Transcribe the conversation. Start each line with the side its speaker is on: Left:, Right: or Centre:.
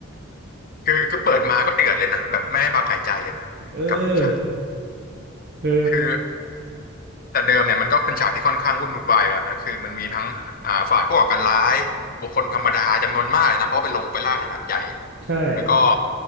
Left: คือคือเปิดมาก็เดือดเลยนะแบบไม่ให้พักหายใจเลยนะกับฉาก
Right: เออเออ
Left: คือ แต่เดิมเนี่ยมันก็เป็นฉากที่ค่อนข้างวุ่นวายแล้วนะคือมันมีทั้งอ่าฝ่ายผู้ก่อการร้ายบุคคลธรรมดาจำนวนมากเลยนะเพราะว่าเป็นโรงโอเปร่าขนาดใหญ่
Right: ใช่
Left: แล้วก็